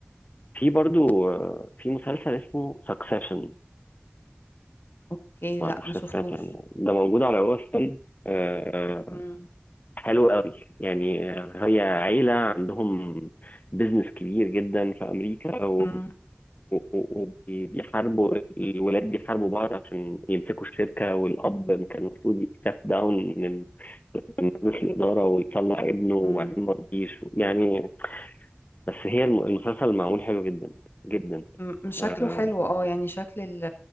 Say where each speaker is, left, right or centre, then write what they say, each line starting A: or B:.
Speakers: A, on the left (about 40°); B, on the left (about 65°).
A: في برضو آه، في مسلسل اسمه سكسيشن
B: اوكي
A: لا
B: لا
A: مش
B: ما شفتوش
A: هستاك يعني ده موجود على هو ستون آه،
B: مم،
A: حلو قوي يعني آه، هي عيلة عندهم بيزنس كبير جدا في أمريكا
B: مم،
A: وبيحاربوا الولاد بيحاربوا بعض عشان يمسكوا الشركة والأب كان المفروض يستاف داون من ال- من مجلس الإدارة ويطلع ابنه وبعدين
B: مم.
A: ما رضيش يعني بس هي الم- المسلسل معمول حلو جدا جدا
B: م- م- شكله
A: آه
B: حلو اه يعني شكل ال-